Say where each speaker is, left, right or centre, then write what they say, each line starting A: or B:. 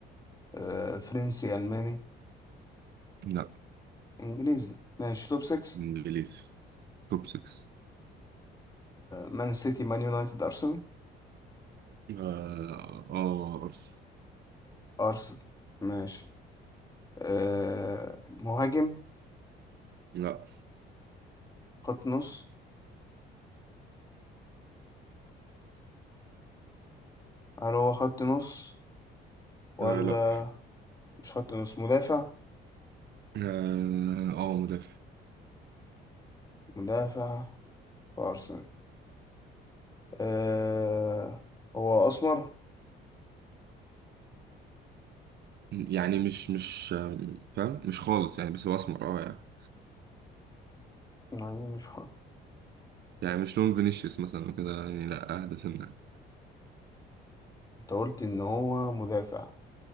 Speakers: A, on the left; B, on the right.
A: آه، فرنسي ألماني
B: لا
A: إنجليزي ماشي توب 6
B: انجليزي توب 6
A: مان سيتي مان يونايتد أرسنال
B: اه آه، ارسنال
A: أرسنال ماشي آه، مهاجم
B: لا
A: خط نص هل هو خط نص ولا
B: آه لا
A: مش خط نص مدافع
B: اه آه، مدافع
A: مدافع في أرسنال أه هو أسمر
B: يعني مش مش آه، فاهم مش خالص يعني بس هو اسمر اه يعني
A: يعني مش حق.
B: يعني مش لون فينيسيوس مثلا وكده يعني لا اهدى سنة
A: أنت قلت إن هو مدافع